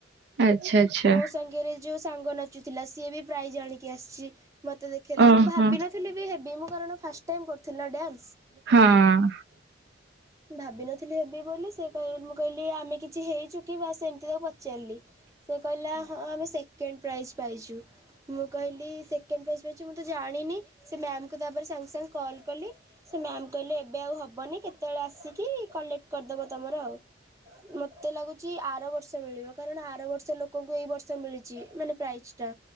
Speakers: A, on the right (about 60°); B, on the right (about 15°).
A: ଆଚ୍ଛା। ଆଚ୍ଛା
B: ମୋ ସାଙ୍ଗରେ ଯୋଉ ସାଙ୍ଗ ନାଚୁଥିଲା ସିଏ ବି ପ୍ରାଇଜ୍ ଆଣିକି ଆସିଛି, ମୋତେ ଦେ ଖେଇଲା
A: ଓହୋ
B: ମୁଁ ଭାବିନଥିଲି ବି ହେବି ମୁଁ କାରଣ ଫାଷ୍ଟ ଟାଇମ୍ କରିଥିଲି ନା ଡ୍ୟାନ୍ସ।
A: ହଁ
B: ଭାବିନଥିଲି ହେବି ବୋଲି ସେ କହି ମୁଁ କହିଲି ଆମେ କିଛି ହେଇଛୁ କି ବାସ୍ ସେମତି ତାକୁ ପଚାରିଲି। ସେ କହିଲା ହଁ ଆମେ ସେକେଣ୍ଡ ପ୍ରାଇଜ୍ ପାଇଛୁ, ମୁଁ କହିଲି ସେ କେଣ୍ଡ ପ୍ରାଇଜ୍ ପାଇଛୁ ମୁଁ ତ ଜାଣିନି, ସେ ମ୍ୟାମ୍ ତାପରେ ସାଙ୍ଗେ ସାଙ୍ଗେ କଲ୍ କଲି ସେ ମ୍ୟାାମ୍ କହିଲେ ଏବେ ଆଉ ହବନି କେତେବେଳେ ଆସିକି କଲେକ୍ଟ କରିଦବ ତୋମର ଆଉ। ମୋତେ ଲାଗୁଚି ଆର ବର୍ଷ ମିଳିବ, କାରଣ ଆର ବର୍ଷ ସେ ଲୋକଙ୍କୁ ଏଇ ବର୍ଷ ମିଳିଚି ମାନେ ପ୍ରାଇଜ୍।